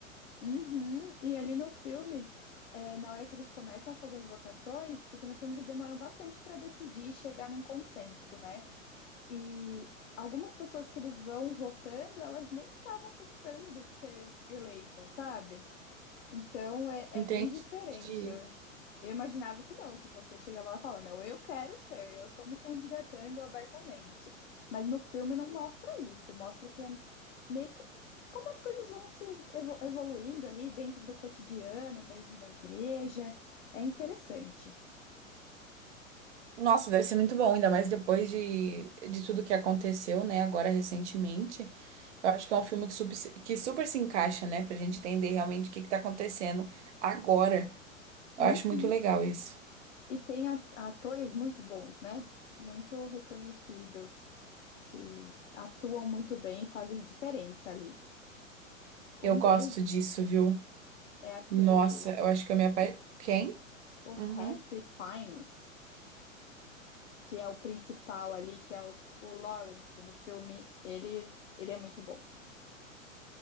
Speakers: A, on the left; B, on the right.
A: Uhum. E ali no filme, é, na hora que eles começam a fazer as votações, porque no filme eles demoram bastante para decidir e chegar num consenso, né? E algumas pessoas que eles vão votando, elas nem estavam tentando ser eleitas, sabe? Então é, é
B: Entendi.
A: bem diferente. Eu, eu imaginava que não, que você chegava lá e falava, não, eu quero ser, eu tô me candidatando abertamente. Mas no filme não mostra isso, mostra que é meio que como as coisas vão se evo- evoluindo ali dentro do cotidiano mesmo da igreja. É interessante.
B: Nossa, deve ser muito bom, ainda mais depois de, de tudo que aconteceu, né, agora recentemente. Eu acho que é um filme que super, se- que super se encaixa, né, pra gente entender realmente o que que tá acontecendo agora. Eu
A: Uhum.
B: acho muito legal isso.
A: E tem a- atores muito bons, né? Muito reconhecidos, que atuam muito bem, e fazem diferença ali. Um
B: Eu gosto
A: deles
B: disso, viu?
A: é aquele,
B: Nossa, eu acho que eu me apa... Quem?
A: o Ralph
B: Uhum.
A: Fiennes, que é o principal ali, que é o, o Lawrence no filme. Ele, ele é muito bom.